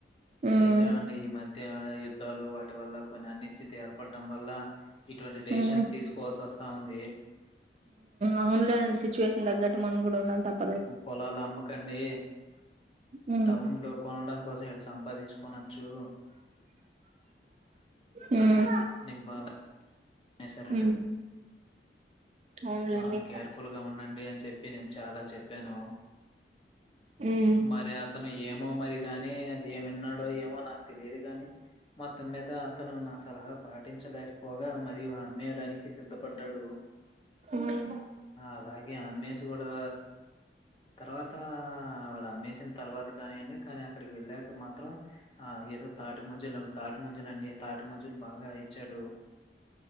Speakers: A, on the right; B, on the left.
A: మ్మ్
B: ఏంట అండి ఈ మధ్య యుద్ధాలు వాటి వల్ల కొన్ని అన్నిశచిత ఏర్పడడం వల్ల ఇటువంటి డెసిషన్స్
A: మ్మ్
B: తీసుకోవాల్సి వస్తా ఉంది
A: అవునులేనండి సిచ్యువేషన్ తగ్గట్టు మనం కూడా ఉండాలి తప్ప
B: పొలాలు అమ్మకండి
A: మ్మ్
B: టౌన్ లో కొనడం కోసం ఇక్కడ సంపాదించుకనచ్చు
A: ఉమ్
B: నిబాబ్ ఈ సారుంటే
A: మ్మ్ అవునులేండి
B: ఆ కేర్ఫుల్ గా ఉండండి అని చెప్పి నేను చాలా చెప్పాను
A: మ్మ్
B: మరి అతను ఏమో మరి ని నేన్ అది ఏమ విన్నాడో ఏమో నాకు తెలియదు గాని మొత్తం మీద అతను నా సలహా పాటించలేకపోగా మరియు అమ్మేయడానికి సిద్ధపడ్డాడు
A: మ్మ్
B: అలాగే అమ్మే కూడా తర్వాత వాడు అమ్మేసిన తర్వాత కానియండి కానీ అక్కడికి వెళ్ళా కుమ మాం ఆ ఏదో తాటి మంజులు తాటి మంజులు అండి తాటి మంజులు బాగా ఇచ్చాడు